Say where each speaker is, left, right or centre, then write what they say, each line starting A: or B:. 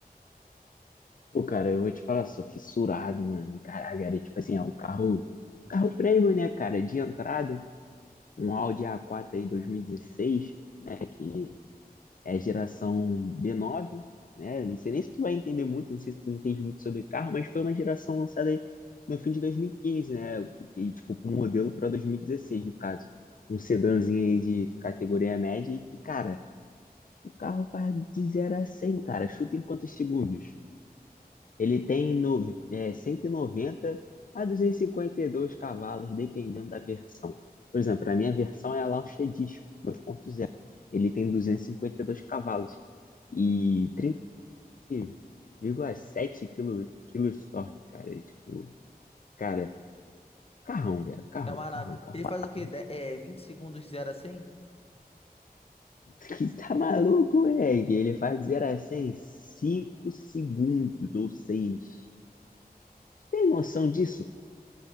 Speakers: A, on the left; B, on the left.
A: Pô, cara, eu vou te falar, sou fissurado, mano. Caraca, era tipo assim, é um carro, carro premium, né, cara, de entrada, um Audi A4 aí 2016, né, que é geração B9, né? Não sei nem se tu vai entender muito, não sei se tu entende muito sobre carro, mas foi uma geração lançada no fim de 2015, né? Que, tipo, um modelo para 2016, no caso. Um sedãzinho aí de categoria média e que, cara, o carro faz de zero a 100, cara. Chuta em quantos segundos? Ele tem no, é, 190 a duzentos e e cinquenta e dois cavalos, dependendo da versão. Por exemplo, a minha versão é a Launch dois ponto zero. Ele tem duzentos e e cinquenta e dois cavalos e 37,7 quilos, quilos de torque, cara. É tipo, cara, carrão, velho. Carrão,
B: É uma
A: carrão,
B: nave.
A: carrão,
B: Ele
A: carrão.
B: faz o quê? De- é, 20 segundos de 0 a cem
A: <laughs> Que tá maluco, moleque? Ele faz de 0 a 100 em 5 segundos ou 6? Tu tem noção disso?